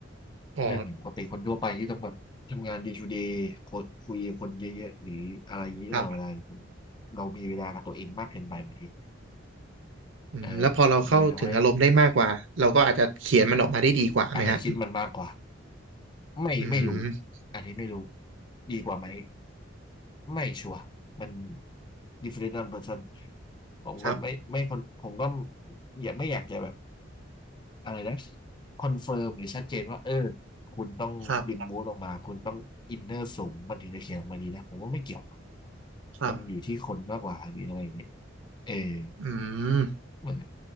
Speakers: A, on the right; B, on the left.
A: อ๋อ
B: ไม่เหมือนปกติคนทั่วไปที่ต้องแบบทำงาน day to day คนคุยกับคนเยอะๆหรืออะไรเยอะตลอดเวลา
A: ครับ
B: เรามีเวลากับตัวเองมากเกินไปบางที
A: อืมแล้วพอเราเข้าถึงอารมณ์ได้มากกว่าเราก็อาจจะเขียนมันออกมาได้ดีกว่าไหมฮะ
B: เออมันเลยทำให้อาจจะคิดมันมากกว่าไม่ไม่รู้
A: อืม
B: อันนี้ไม่รู้ดีกว่าไหมไม่ชัวร์มัน different person ผมก็ไม่ไม่ผมก็
A: ครับ
B: อย่าไม่อยากจะแบบ อะไรนะคอนเฟิร์มหรือชัดเจนว่าเออคุณต้องดึงมูดออกมาคุณต้องอินเนอร์สูงมันถึงจะเขียนออกมาดีนะผมว่าไม่เกี่ยว
A: ครับครับ
B: มันอยู่ที่คนมากกว่าหรืออะไรอย่างเงี้ยเออ
A: อืม
B: เหมือน